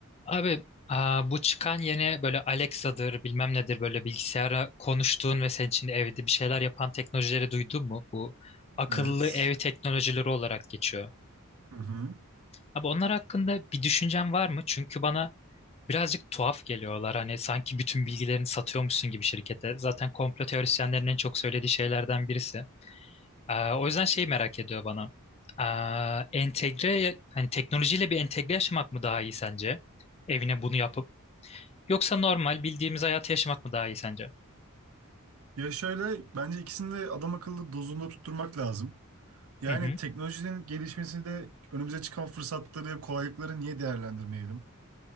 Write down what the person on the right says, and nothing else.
Evet.
Hı hı.
Ya şöyle bence ikisini de adam akıllı dozunda tutturmak lazım. Yani
teknolojinin gelişmesini de önümüze çıkan fırsatları, kolaylıkları niye değerlendirmeyelim?